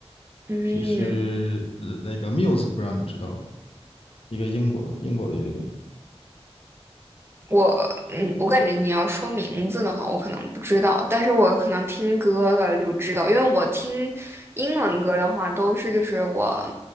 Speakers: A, on the right; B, on the left.
A: 嗯，
B: 就是呃那个 Muse，不知道你知道吗一个英国英国的乐队。
A: 我嗯，我感觉你要说名字的话，我可能不知道，但是我可能听歌了就知道，因为我听英文歌的话，都是就是我